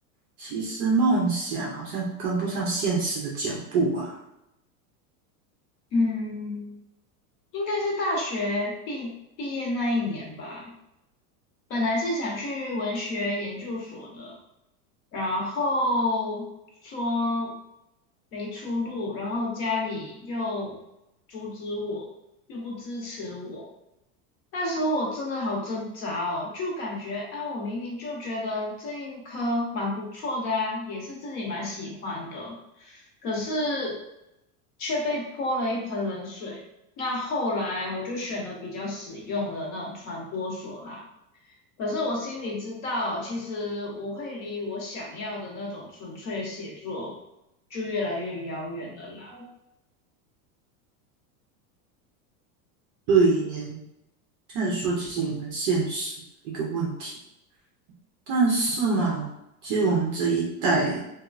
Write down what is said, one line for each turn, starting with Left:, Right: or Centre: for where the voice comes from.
Right: 其实梦想好像跟不上现实的脚步啊。
Left: 嗯，应该是大学毕毕业那一年吧，本来是想去文学研究所的。然后说没出路，然后家里又阻止我，又不支持我。那时候我真的好挣扎哦，就感觉啊，我明明就觉得这一科蛮不错的啊，也是自己蛮喜欢的，可是却被泼了一盆冷水。那后来我就选了比较实用的那种传播所啦。可是我心里知道，其实我会离我想要的那种纯粹的写作就越来越遥远了啦。
Right: 对耶，这样说其实也蛮现实的一个问题。但是嘛，其实我们这一代